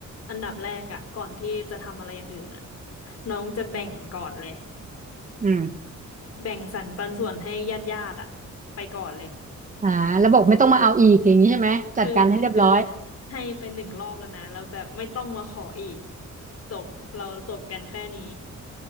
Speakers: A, on the left; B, on the right.
A: อันดับแรกอะก่อนที่จะทำอะไรอย่างอื่นอะน้องจะแบ่งก่อนเลย
B: อืม
A: แบ่งสรรปันส่วนให้ญาติญาติอะไปก่อนเลย
B: อ่าแล้วบอกไม่ต้องมาเอาอีกอย่างนี้ใช่ไหม จัดการให้เรียบร้อย
A: คือเออให้ไปหนึ่งรอบแล้วนะแล้วแบบไม่ต้องมาขออีกจบเราจบกันแค่นี้